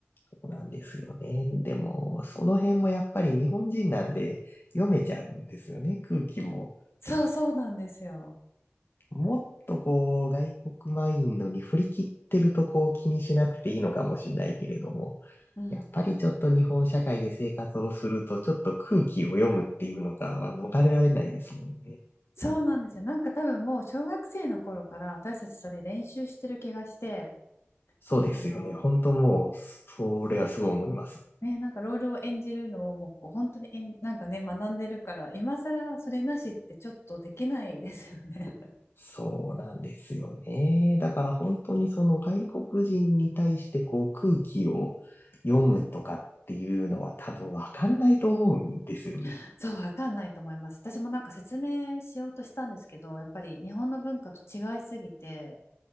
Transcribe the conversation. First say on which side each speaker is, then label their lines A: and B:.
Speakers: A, on the left (about 55°); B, on the left (about 75°).
A: そうなんですよね。でも、その辺もやっぱり日本人なんで読めちゃうんですよね、空気も。
B: <laughs> そうそうなんですよ。
A: もっとこう、外国マインドに振り切ってるとこう気にしなくていいのかもしれないけれども、
B: うん。
A: やっぱりちょっと日本社会で生活をすると、ちょっと空気を読むっていうのからは逃れられないですもんね。
B: そうなんですよ。なんか多分もう小学生の頃から私たちそれ練習してる気がして、
A: そうですよね。
B: あの、
A: 本当もう、それはすごい思います。
B: ね、なんかロールを演じるのをもうこう本当にえん、なんかね、学んでるから、今更それなしってちょっとできないですよね。
A: そうなんですよね。だから本当にその外国人に対してこう空気を読むとかっていうのは多分わかんないと思うんですよね。
B: <laughs> そう、わかんないと思います。私もなんか説明しようとしたんですけど、やっぱり日本の文化と違いすぎて、